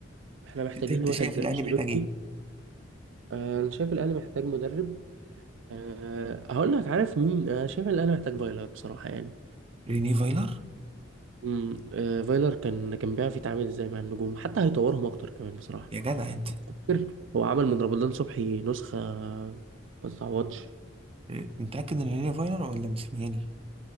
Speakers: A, on the right; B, on the right.
A: إحنا محتاجين
B: انت انت
A: واحد
B: شايف
A: زي
B: الاهلي
A: أنشيلوتي
B: محتاج ايه؟
A: آه، أنا شايف الأهلي محتاج مدرب أه هقول لك عارف مين أنا شايف الأهلي محتاج فايلر بصراحة يعني
B: ريني فايلر
A: امم آه، فايلر كان كان بيعرف يتعامل ازاي مع النجوم حتى هيطورهم اكتر كمان بصراحه
B: يا جدع انت
A: فاكر هو عمل من رمضان صبحي نسخه ما تتعوضش
B: انت متاكد ان ريني فايلر ولا موسيماني؟